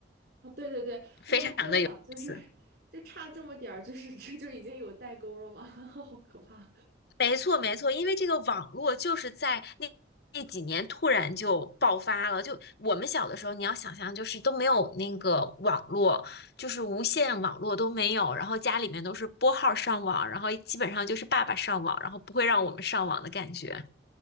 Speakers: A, on the right (about 60°); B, on the left (about 55°).
A: 啊，哦对对对，
B: 非常的有意思。
A: 哎，我还在想，就是 <laughs> 就差这么点儿，就是 <laughs> 这就已经有代沟了吗？<laughs> 好可怕！
B: 没错，没错，因为这个网络就是在那那几年突然就爆发了。就我们小的时候，你要想象，就是都没有那个网络，就是无线网络都没有，然后家里面都是拨号上网，然后基本上就是爸爸上网，然后不会让我们上网的感觉。